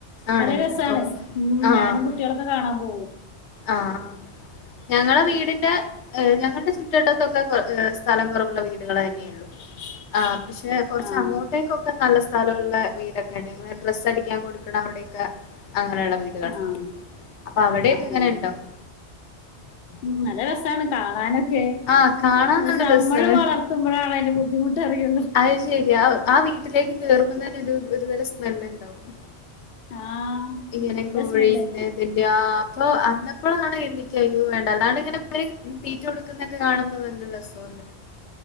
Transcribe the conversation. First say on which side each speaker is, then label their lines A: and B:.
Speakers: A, on the left; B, on the left.
A: ആണല്ലേ
B: നല്ല രസാണ്
A: ഓ
B: ഉം
A: ആഹ്
B: ഞാനും കുട്ടേളൊ ക്കെ കാണാം പോവും
A: ആഹ് ഞങ്ങളെ വീടിന്റെ ഞങ്ങളുടെ ചുറ്റുവട്ടത്തൊക്കെ സ്ഥലം കൊറവ്ള്ള വീടുകളെന്നെണ് ള്ളൂ ആഹ് പശേ കൊറച്ചങ്ങോട്ടേക്കൊ
B: ആഹ്
A: ക്കെ നല്ല സ്ഥലള്ള വീടൊക്കെണ് ഞങ്ങള് ഡ്രസ്സ് അടിക്കാ കൊട്ക്ക്ണെ അവിടൊക്കെ അങ്ങനെള്ള വീടുകളാ
B: ആഹ്
A: അപ്പൊ അവിടൊക്കെ
B: ആഹ്
A: ഇങ്ങനെ
B: ആഹ്
A: ഇണ്ടവും
B: ഉം നല്ല രസാണ് കാണാനൊ ക്കെ
A: ആഹ് കാണാൻ
B: പഷേ
A: നല്ല
B: അമ്മള്
A: രസാണ്
B: വളർത്തുമ്പഴാണ് അതിന്റെ ബുദ്ധിമുട്ട് അറിയൊള്ളൂ
A: അയ് ശരി ആഹ് ആ ഹ് വീട്ടിലേക്ക് കേറുമ്പോ തന്നെ ഒരു ഒരുതരം സ്മെല്ല്ണ്ടാവും
B: ആഹ്
A: ഇങ്ങനൊക്കെ
B: നല്ല
A: കോഴീം
B: സ്മെല്ലായിരിക്കും
A: <unintelligible> ആഹ്അപ്പൊ അന്നപ്പളാണ് എനിക്കയ്യോ വേണ്ട അല്ലാ ണ്ട ങ്ങനെ തീറ്റ് കൊടു ക്കുന്നൊക്കെ കാണുമ്പോ നല്ല രസോണ്ട്.